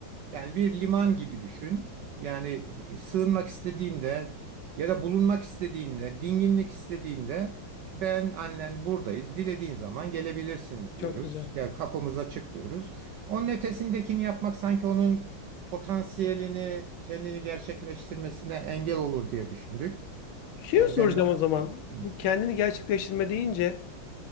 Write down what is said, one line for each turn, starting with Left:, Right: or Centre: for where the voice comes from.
Right: Yani bir liman gibi düşün. Yani e, sığınmak istediğinde ya da bulunmak istediğinde, dinginlik istediğinde ben annen buradayız. Dilediğin zaman gelebilirsin diyoruz.
Left: Çok güzel.
Right: Ya yani kapımız açık diyoruz. Onun ötesindekini yapmak sanki onun potansiyelini, kendini gerçekleştirmesine engel olur diye düşündük.
Left: Şey
Right: Yani
Left: soracağım
Right: ben biraz
Left: o zaman?
Right: Hı.
Left: Bu kendini gerçekleştirme deyince